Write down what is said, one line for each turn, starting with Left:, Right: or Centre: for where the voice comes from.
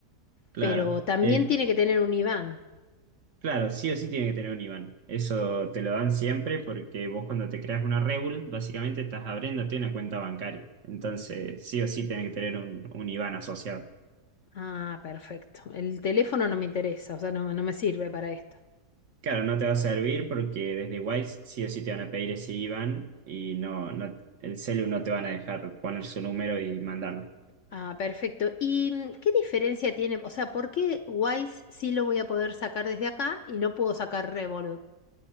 Right: claro.
Left: pero también
Right: Eh,
Left: tiene que tener un IBAN.
Right: Claro, sí o sí tiene que tener un IBAN. Eso te lo dan siempre porque vos cuando te creas una Revolut, básicamente estás abriéndote una cuenta bancaria. Entonces, sí o sí tiene que tener un, un IBAN asociado.
Left: Ah, perfecto. El teléfono no me interesa, o sea, no, me no me sirve para esto.
Right: Claro, no te va a servir porque desde Wise sí o sí te van a pedir ese IBAN y no, no, el celu no te van a dejar poner su número y mandarlo.
Left: Ah, perfecto. ¿Y mm, qué diferencia tiene? O sea, ¿por qué Wise sí lo voy a poder sacar desde acá y no puedo sacar Revolut?